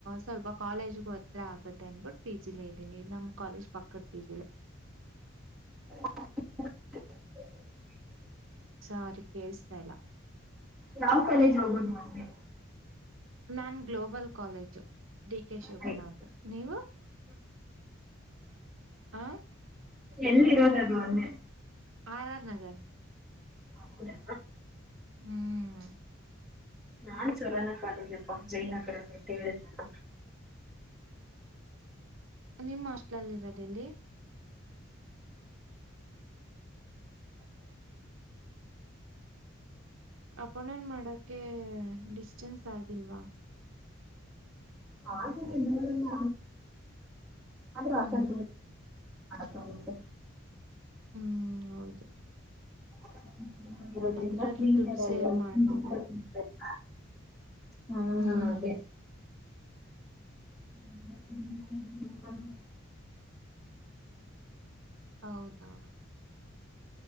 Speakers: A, on the right; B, in the centre.
A: ಸ್ವಲ್ಪ ಕಾಲೇಜಿಗು ಹತ್ರ ಆಗತ್ತೆ ಅಂದನ್ಬಿಟ್ಟ ಪಿ ಜಿ ಇದ್ದನಿ ನಮ್ಮ ಕಾಲೇಜ್ ಪಕ್ಕದ ಪಿಜಿಲೆ
B: ಹ
A: ಸಾರಿ, ಕೇೇಳಸ್ತಾ ಇಲ್ಲ
B: ಯಾವ ಕಾಲೇಜ್ ಹೋಗೋದು ಮಂದೆ?
A: ನಾನ್ ಗ್ಲೋಬಲ್ ಕಾಲೇಜು ಡಿ ಕೆ ಶಿವಕುಮಾರ್್ದ,
B: ಆಯ್ತು
A: ನೀವು? ಆ
B: ಎಲ್ಲಿರೋದು ಅದು ಅಂದೆ
A: ಆರ್ ಆರ್ ನಗರ್
B: ಹೌದಾ
A: ಹ್ಮ್
B: ನಾನ್ ಸರಾನ ಕಾಲೇಜಪ್ಪಾ ಜಯನಗರಲ್ಲ ಅಂತ ಹೇಳಿದ್ನಲ್ಲ
A: ನಿಮ್ಮ ಹಸ್ಟ್ಲಲ್ಲಿ ಇರೋದೆಲ್ಲಿ ಹ್ಮ ಅಪಣನ್ ಮಾಡೋಕೆ ಡಿಸ್ಟೆನ್ಸ್ ತಾಗಿಲ್ವಾ
B: ಹಾಗೇನಿಲ್ಲ ಆದ್ರೂ
A: ಹ್ಮ್
B: ಅಸಂತ ಅಕಾವುಂಟೆ
A: ಹ್ಮ್ ಹೌದು
B: ಹ ಇರೋದ್ರಿಂದ
A: ಅದ್ರಲ್ಲೂ
B: ನಿಮ್
A: ದುಡ್ಡು ಸೇವ್ ಮಾಡ್ಬೋದಲ್ಲ
B: <inaudible> ಹಾ
A: ಹ್ಮ್
B: ಅದೇ ಹ್ಮ ಬಾನ್
A: ಹೌದಾ